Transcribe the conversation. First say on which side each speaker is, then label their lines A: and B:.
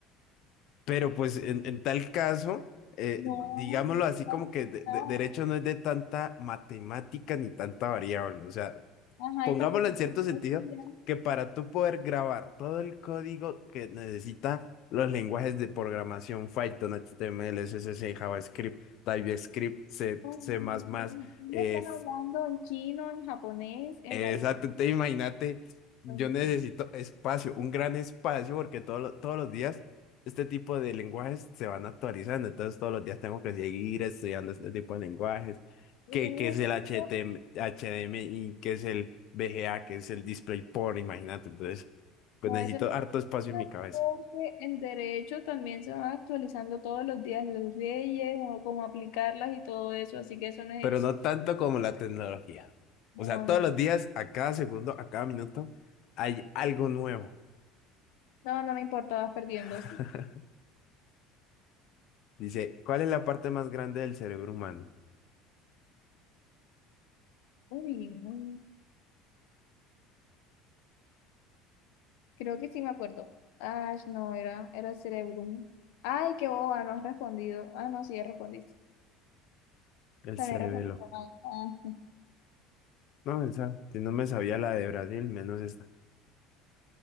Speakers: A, on the left; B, on the left.
A: Pero pues en, en tal caso, eh,
B: No,
A: digámoslo así como
B: no,
A: que de-
B: no.
A: de- derecho no es de tanta matemática ni tanta variable. O sea,
B: Ajá,
A: pongámoslo
B: y tampoco es
A: en cierto
B: de biología.
A: sentido, que para tú poder grabar todo el código que necesita los lenguajes de programación, Python, H T M L, C, HTML, CSS, JavaScript, TypeScript, C,
B: No,
A: C++,
B: no, no, no. No
A: eh,
B: Me están hablando en chino, en japonés, en
A: Exacto,
B: latín,
A: te imagínate, yo
B: en
A: necesito
B: chino.
A: espacio, un gran espacio, porque todos los- todos los días este tipo de lenguajes se van actualizando, entonces todos los días tengo que seguir estudiando este tipo de lenguajes,
B: Eso
A: que,
B: no
A: que
B: es
A: es el
B: excusa,
A: HTM, HDMI, que es el VGA, que es el DisplayPort, imagínate, entonces pues
B: no
A: necesito
B: es una
A: harto espacio
B: excusa,
A: en mi cabeza,
B: porque en derecho también se van actualizando todos los días las leyes, o cómo aplicarlas y todo eso, así que eso no es
A: pero
B: ex-
A: no tanto como la tecnología.
B: No,
A: O sea,
B: no,
A: todos los días, a cada segundo, a cada minuto, hay algo nuevo.
B: no, no me importa, vas perdiendo.
A: <laughs>
B: sí.
A: Dice, ¿cuál es la parte más grande del cerebro humano?
B: Uy, no. Creo que sí me acuerdo. Ah, no, era, era Cerebrum. Ay, qué boba, no has respondido. Ah, no, sí, ya respondiste.
A: El
B: También
A: cerebelo.
B: respondiste mal. Ah. sí.
A: No, esa, si no me sabía la de Brasil, menos esta.